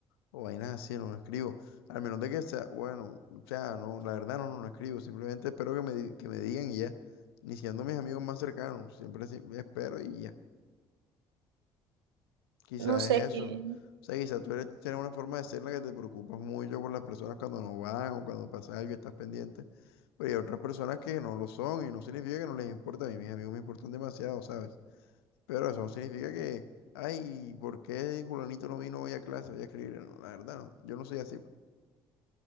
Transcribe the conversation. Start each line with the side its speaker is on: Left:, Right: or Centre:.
Left: o vainas así, no, no escribo. Al menos de que sea, bueno, o sea, no, la verdad no, no no escribo. Simplemente espero que me, di- que me digan y ya. Ni siendo mis amigos más cercanos, siempre si- espero y ya. Quizás
Right: No sé
Left: es
Right: qué.
Left: eso. O sea, quizás tú eres, tienes una forma de ser en la que te preocupas mucho por las personas cuando no van o cuando pasa algo, y estás pendiente. Pero hay otras personas que no lo son y no significa que no les importa. A mí mis amigos me importan demasiado, ¿sabes? Pero eso no significa que, ay, ¿por qué Julanito no vino hoy a clase? Voy a escribir. No, La verdad, no. Yo no soy así. pues.